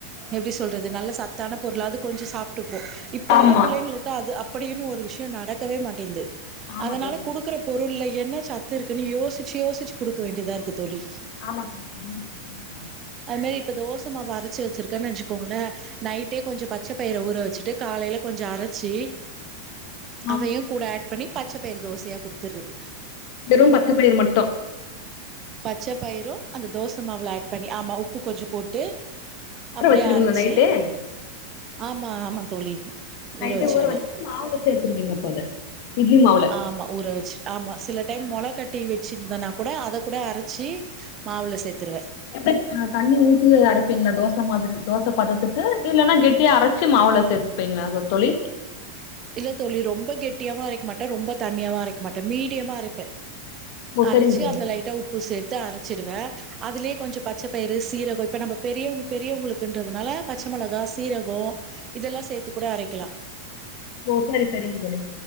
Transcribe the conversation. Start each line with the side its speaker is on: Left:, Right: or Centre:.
Right: எப்டி சொல்றது நல்ல சத்தான பொருளாது கொஞ்சோ சாப் ட்ருப்போ இப்ப இருக்க
Left: ஆமா
Right: பிள்ளைங்களுக்கு அது அப்டின் ஒரு விஷயோ நடக்கவே மாட்டேன்து
Left: ஆமா
Right: அதுனால
Left: தோழி
Right: குடுக்கற பொருள்ல என்ன சத்து இருக்குன்னு யோசிச்சு யோசிச்சு குடுக்க வேண்டியதா இருக்கு தோழி
Left: ஆமா உ தம்பிக்கு எப்டி இருக்கு
Right: அந் மேரி இப்ப தோசமாவு அரச்சு வெச்சிருக்கேன் நெஞ்ச்சுக்கோங்களே நைட்டே கொஞ்சோ பச்ச பயிர ஊற வெச்சிட்டு காலையில கொஞ்சோ அரச்சி
Left: ஆ
Right: அவையு கூட ஆட் பண்ணி பச்சப்பயிரு தோசையா குடுத்துறது
Left: வெறு பச்சப்பயிறு மட்டு
Right: பச்ச பயிரும் அந்த தோச மாவுல ஆட் பண்ணி ஆமா உப்பு கொஞ்சோ போட்டு
Left: ஊற
Right: அப்டியே
Left: வச்சிருவீங்களா
Right: அரச்சி
Left: நைட்டே
Right: ஆமா ஆமா தோழி
Left: நைட்டே
Right: ஊற வெச்சுடுவே
Left: வச்சுட்டு மாவுல சேத்துருவீங்க அப்ப அத இட்லி மாவுல
Right: ஆமா ஊற வெச் ஆமா சில டைம் மொள கட்டி வெச்சுருந்தனா கூட அத கூட அரைச்சி மாவில சேத்துருவே
Left: எப்டி தண்ணி ஊத்தி அரைப்பீங்களா தோச மாதிரி தோச பத்தத்துக்கு இல்லன்னா கெட்டியா அரச்சு மாவுள சே ப்பீங்ளா அத தோழி
Right: இல்ல தோழி ரொம்ப கெட்டியாவாவு அரைக்க மாட்டே ரொம்ப தண்ணியாவு அரைக்க மாட்டே மீடியம்மா அரைப்பே
Left: ஓ
Right: அரச்சு
Left: சரிங்க தோழி
Right: அதுல லைட்டா உப்பு சேத்து அரச்சிடுவே அதுலயே கொஞ்ச பச்ச பயிறு சீரகம் இப்ப நம்ம பெரியவங் பெரியவங்ளுக்குன்றனால பச்ச மொளகாயா சீரகோ இதெல்லா சேத்து கூட அரைக்கலா
Left: போ சரி சரிங் தோழி